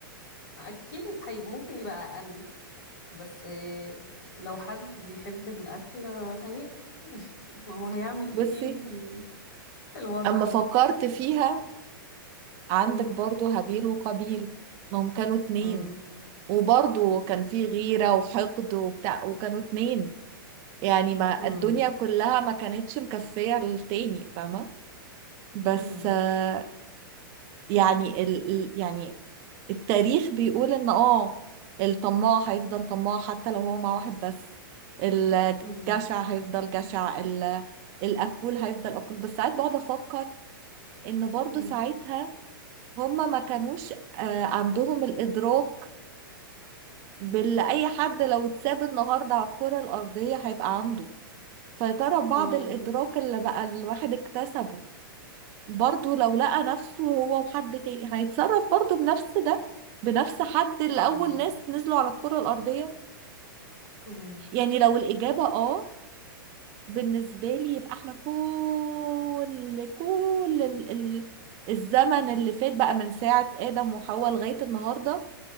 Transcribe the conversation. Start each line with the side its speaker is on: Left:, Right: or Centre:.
Left: أكيد هي ممكن يبقى أقل بس آه، لو حد بيحب الأكل آه، هياكل <laughs> يعني ما هو هيعمل إيه
Right: بصي
Left: تاني في ال... في الوضع
Right: اما
Left: ده
Right: فكرت فيها عندك
Left: مم.
Right: برضو هابيل وقابيل ما هم كانوا اتنين
Left: مم.
Right: وبرضو كان في غيرة وحقد وبتاع وكانوا اتنين يعني ما
Left: مم.
Right: الدنيا كلها ما كانتش مكفية للتاني فاهمة بس
Left: مم.
Right: آه، يعني ال ال- يعني التاريخ بيقول ان اه الطماع هيفضل طماع حتى لو هو مع واحد بس الجشع
Left: مم.
Right: هيفضل جشع ال- الأكول هيفضل أكول بس ساعات بقعد أفكر إن برضو
Left: مم.
Right: ساعتها هما ما كانوش آه، عندهم الإدراك باللي أي حد لو اتساب النهاردة على الكرة الأرضية هيبقى عنده فترى بعض
Left: مم.
Right: الإدراك اللي بقى الواحد اكتسبه برضه لو لقى نفسه هو وحد تاني هيتصرف برضه بنفس ده بنفس حد اللي
Left: مم.
Right: أول ناس نزلوا على الكرة الأرضية
Left: مم.
Right: يعني لو الإجابة آه بالنسبة لي يبقى احنا كل كل ال- ال- الزمن اللي فات بقى من ساعة آدم وحواء لغاية النهاردة